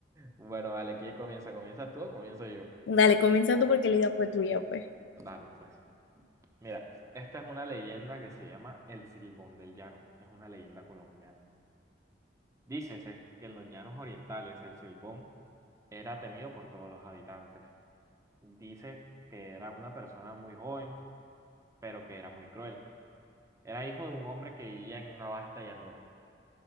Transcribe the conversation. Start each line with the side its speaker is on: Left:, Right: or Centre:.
Right: Bueno, vale, ¿quién comienza? ¿Comienzas tú o comienzo yo?
Left: Dale, comienza tú porque la idea fue tuya, pues.
Right: Dale, pues. Mira, esta es una leyenda que se llama El Silbón del Llano. Es una leyenda colombiana. Dícese que en los llanos orientales el Silbón era temido por todos los habitantes. Dice que era una persona muy joven, pero que era muy cruel. Era hijo de un hombre que vivía en una vasta llanura.